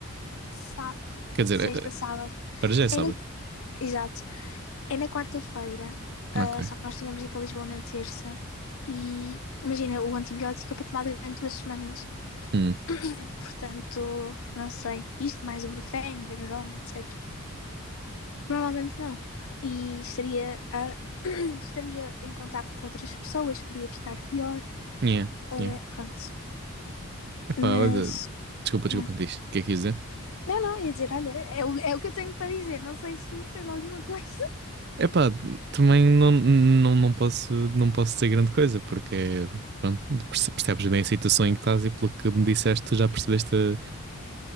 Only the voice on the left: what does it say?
sá-
sexta,
sábado.
É na. Exato. É na quarta-feira, ah,
só que nós tínhamos ido para Lisboa na terça e imagina, o antibiótico é para tomar durante duas semanas.
<coughs> <clears throat> Portanto, não sei, isto mais o Brufen, o Benuron, etc. Provavelmente não. E estaria, a- <coughs> <clears throat> estaria em contacto com outras pessoas, podia ficar pior.
Era-
pronto.
Mas.
yeah.
Não, não, ia dizer, olha, é o, é o que eu tenho para dizer, não sei se tens alguma coisa.